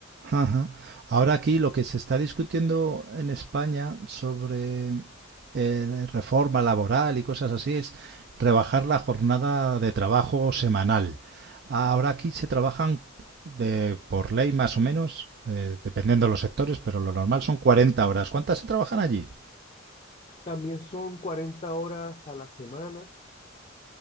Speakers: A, on the right; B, on the left.
A: Ajá. Ahora aquí lo que se está discutiendo en España sobre eh, reforma laboral y cosas así es rebajar la jornada de trabajo semanal. Ahora aquí se trabajan de- por ley más o menos, eh, dependiendo de los sectores, pero lo normal son 40 horas. ¿Cuántas se trabajan allí?
B: También son 40 horas a la semana.